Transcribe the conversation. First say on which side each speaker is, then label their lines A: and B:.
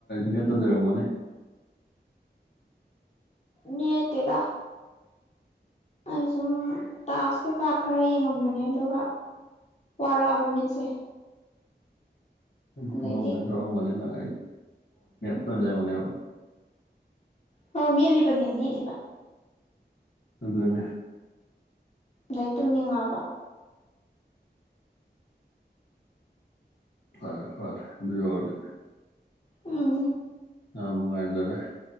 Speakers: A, on the left (about 70°); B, on the left (about 40°).
A: ꯃꯦꯠꯇ ꯂꯩꯔꯝꯒꯅꯤ
B: ꯅꯠꯇꯗ ꯑꯩ ꯁꯨꯝ ꯇꯥꯛꯁ ꯀꯩꯀꯥ ꯈꯔ ꯌꯦꯡꯉꯝꯕꯅꯦ ꯑꯗꯨꯒ ꯋꯥꯔꯛꯑꯕ ꯃꯤꯠꯁꯦ ꯑꯗꯩꯗꯤ
A: ꯇꯨꯝꯃ ꯑꯣꯡꯥꯏꯅ ꯇ ꯑꯣꯅꯉ ꯄꯅꯤꯅ ꯂꯩ ꯃꯅꯤ
B: ꯍ ꯃꯦꯜꯂꯤꯕꯅꯤ ꯃꯦꯂꯤꯕ
A: ꯑꯗꯨꯗꯅꯦꯦ
B: ꯂꯩꯩ ꯇꯨꯝꯅꯤꯡꯉꯕ
A: ꯐꯔꯦ ꯐꯔꯦ ꯑꯗꯨꯏ ꯑꯣꯏꯔꯗꯤ
B: ꯎꯝ
A: ꯑꯥꯝ ꯅꯨꯡꯉꯥꯏꯖꯔꯦ